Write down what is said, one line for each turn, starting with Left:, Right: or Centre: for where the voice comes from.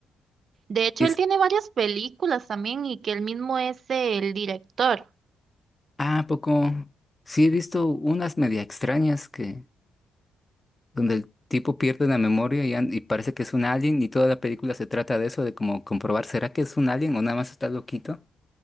Right: De hecho,
Left: Y es,
Right: él tiene varias películas también y que él mismo es el director.
Left: ah, ¿a poco. Sí, he visto unas media extrañas que, donde el tipo pierde la memoria y, an- y parece que es un alien y toda la película se trata de eso, de como comprobar, ¿será que es un alien o nada más está loquito?